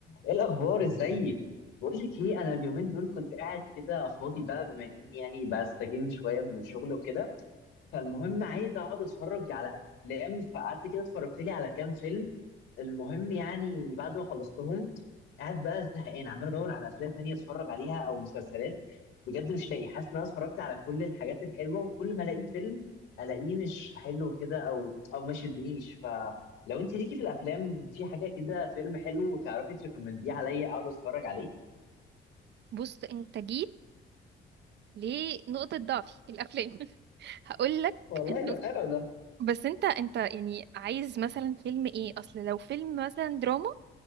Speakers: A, on the left (about 80°); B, on the right (about 60°).
A: ايه الاخبار ازيك بقول لك ايه انا اليومين دول كنت قاعد كده فاضي بقى بما اني يعني بستجم شويه من الشغل وكده فالمهم عايز اقعد اتفرج على افلام فقعدت كده اتفرجت لي على كام فيلم المهم يعني بعد ما خلصتهم قاعد بقى زهقان عمال ادور على افلام تانية اتفرج عليها او مسلسلات بجد مش لاقي حاسس ان انا اتفرجت على كل الحاجات الحلوه وكل ما الاقي فيلم الاقيه مش حلو كده او او ما شدنيش فلو انت ليكي في الافلام في حاجه كده فيلم حلو تعرفي تريكومنديه عليا اقعد اتفرج عليه
B: بص انت جيت لنقطة ضعفي الافلام <laughs> هقول لك
A: والله ده
B: بس
A: حلو ده
B: بس انت انت يعني عايز مثلا فيلم ايه اصل لو فيلم مثلا دراما